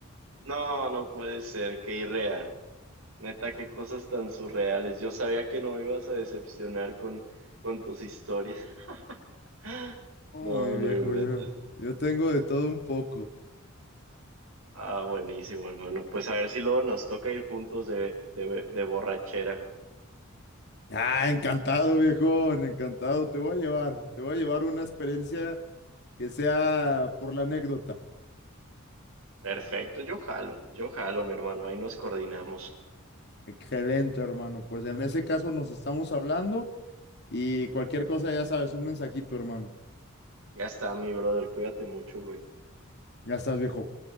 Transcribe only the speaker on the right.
No, no puede ser, qué irreal. Neta, qué cosas tan surreales. Yo sabía que no me ibas a decepcionar con, con tus historias. <laughs>
No,
no
me metas.
Ah, buenísimo, hermano. Pues a ver si luego nos toca ir juntos de, de, de borrachera.
Perfecto, yo jalo, yo jalo, mi hermano, ahí nos coordinamos.
Ya está, mi brother, cuídate mucho, güey.